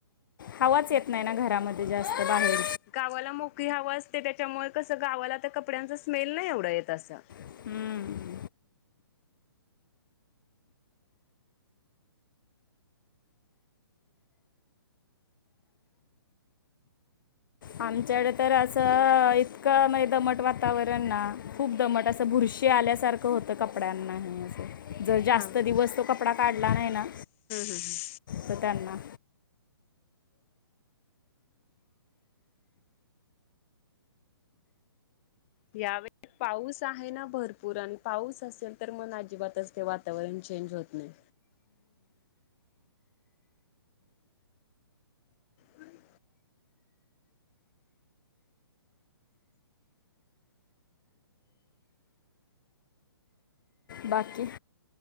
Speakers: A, on the left; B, on the left.
A: हवाच येत नाही ना घरामध्ये जास्त बाहेर
B: गावाला मोकळी हवं असते त्याच्यामुळे कसं गावाला तर कपड्यांचा स्मेल नाही एवढं येत असं
A: हम्म. आमच्याकडे तर असं इतकं म्हण दमट वातावरण ना खूप दमट असं बुरशी आल्यासारखं होतं कपड्यांनाही असं जर जास्त
B: हा हम्म
A: दिवस तो कपडा काढला नाही ना
B: हम्
A: तर त्यांना
B: यावे पाऊस आहे ना भरपूर आणि पाऊस असेल तर मग अजिबातच ते वातावरण चेंज होत नाही. हम्
A: बाकी